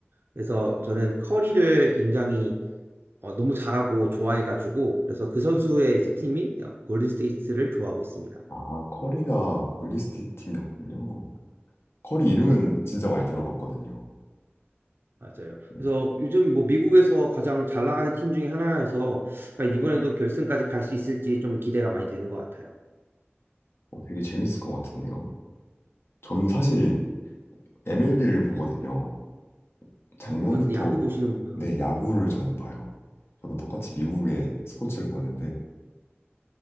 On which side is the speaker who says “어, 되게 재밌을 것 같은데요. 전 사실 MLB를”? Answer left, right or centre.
Left